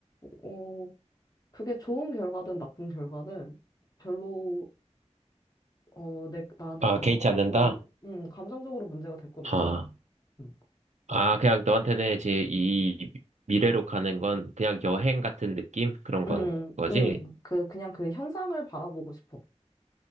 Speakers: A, on the left; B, on the right.
A: 어, 그게 좋은 결과든 나쁜 결과든 별로, 어, 내, 나한테
B: 아,
A: 감정적으로,
B: 개의치 않는다?
A: 음, 감정적으로 문제가 될 건
B: 아,
A: 없을 것 같아.
B: 아, 그냥 너한테는 이제 이 미래로 가는 건 그냥 여행 같은 느낌? 그런 건
A: 음,
B: 거지?
A: 음, 그, 그냥 그 현상을 바라보고 싶어.